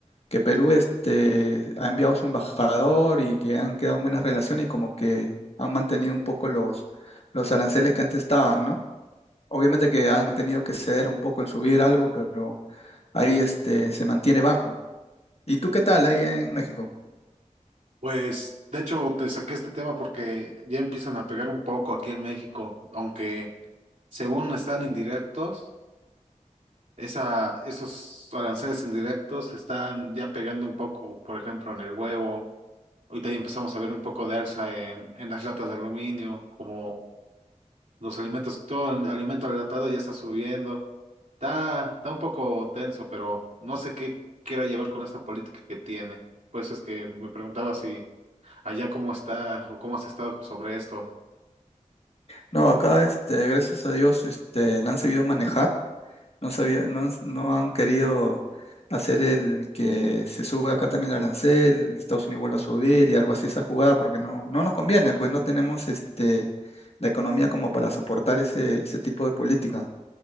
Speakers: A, on the left (about 50°); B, on the right (about 75°).
A: que Perú este, ha enviado su embajador y que han quedado en buenas relaciones y como que han mantenido un poco los, los aranceles que antes estaban, ¿no? Obviamente que han tenido que ceder un poco en subir algo, pero ahí este, se mantiene bajo. ¿Y tú qué tal ahí en México?
B: Pues, de hecho, te saqué este tema porque ya empiezan a pegar un poco aquí en México, aunque según están indirectos, esa, esos aranceles indirectos están ya pegando un poco, por ejemplo, en el huevo Ahorita ya empezamos a ver un poco de alza en, en las latas de aluminio, como los alimentos, todo el alimento enlatado ya está subiendo. Está, está un poco tenso, pero no sé qué quiera llevar con esta política que tiene. Por eso es que me preguntaba si allá cómo está o cómo has estado sobre esto.
A: No, acá, este, gracias a Dios, este, la han sabido manejar, no, sabía- no, han, no han querido hacer el que se suba acá también el arancel, Estados Unidos vuelva a subir y algo así esa jugada, porque no, no nos conviene, pues no tenemos este, la economía como para soportar ese, ese tipo de política.